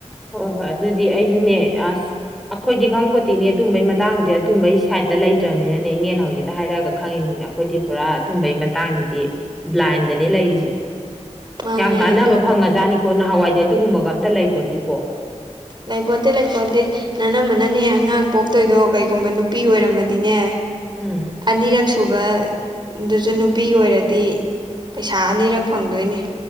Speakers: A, in the centre; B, on the right.
A: ꯍꯣꯏ ꯍꯣꯏ ꯑꯗꯨꯗꯤ ꯑꯩꯁꯨꯅꯦ ꯑꯁ ꯑꯩꯈꯣꯏꯗꯤ ꯈꯪꯕꯣꯗꯤꯅꯦ ꯑꯗꯨꯝꯕꯒꯤ ꯃꯇꯥꯡꯗꯨꯗꯤ ꯑꯗꯨꯝꯕꯒꯤ ꯁꯥꯏꯗꯠꯇ ꯂꯩꯇ꯭ꯔꯅꯤꯅꯅꯦ ꯏꯅꯦꯅ ꯍꯧꯖꯤꯛꯇ ꯍꯥꯏꯔꯛꯑꯒ ꯈꯪꯉꯤꯁꯤꯅꯦ ꯑꯩꯈꯣꯏꯗꯤ ꯄꯨꯔꯥ ꯑꯗꯨꯨꯝꯕꯩ ꯃꯇꯥꯡꯁꯤꯗꯤ ꯕ꯭ꯂꯥꯏꯟꯗꯅꯤ ꯂꯩꯔꯤꯁꯦ
B: ꯃꯥꯅꯦ
A: ꯌꯥꯝ ꯀꯥꯟꯅꯕ
B: ꯑꯗꯨ
A: ꯐꯪꯉꯖꯥꯠꯅꯤꯀꯣ ꯅꯍꯥꯟꯋꯥꯏꯗꯤ ꯑꯗꯨꯒꯨꯝꯕꯒ ꯑꯝꯇ ꯂꯩꯕꯣꯠꯇꯗꯤꯀꯣ
B: ꯂꯩꯄꯣꯟꯇꯦ ꯂꯩꯄꯣꯟꯗꯦ ꯅꯅꯝꯃꯅꯅꯦ ꯑꯉꯥꯡ ꯄꯣꯛꯇꯣꯏꯗꯣ ꯀꯩꯒꯨꯝꯕ ꯅꯨꯄꯤ ꯑꯣꯏꯔꯝꯃꯗꯤꯅꯦ
A: ꯎꯝ
B: ꯑꯅꯤꯔꯛ ꯁꯨꯕ ꯗꯨꯖꯨ ꯅꯨꯄꯤ ꯑꯣꯏꯔꯗꯤ ꯄꯩꯁꯥ ꯑꯅꯤꯔꯛ ꯐꯪꯗꯣꯏꯅꯦ